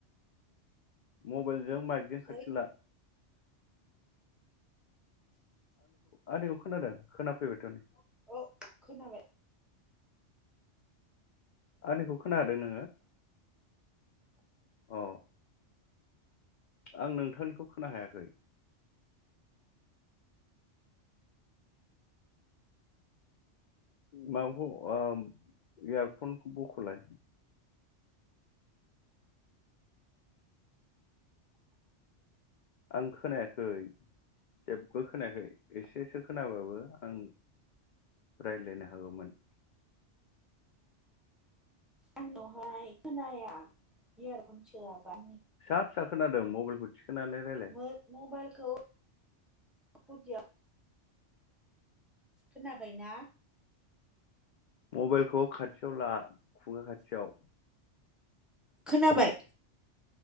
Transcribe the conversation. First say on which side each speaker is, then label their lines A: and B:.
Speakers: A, on the left; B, in the centre.
A: मबाइल जों माइकजों
B: खै
A: खाथियाव ला। आनिखौ खोनादों खोनाफैबायथ नै।
B: औ खोनाबाय।
A: आंनिखौ खोनादों नोङो? अ आं नोंथांनिखौ खोना हायाखै। माबाखौ ओ इयारफनखौ बखलाय। आं खोनायाखै जेबो खोनायाखै एसेसो खोनाबाबो आं रायजलायनो हागौमोन।
B: आंनावहाय खोनाया इयारखन सोआबा।
A: फिसा फिसा खोनादों मबाइलखौ थिखोनानै रायलाय
B: मोथ मबाइलखौया खोनाबायना
A: मबाइलखौ खाथियाव ला खुगा खाथियाव
B: खोनाबाय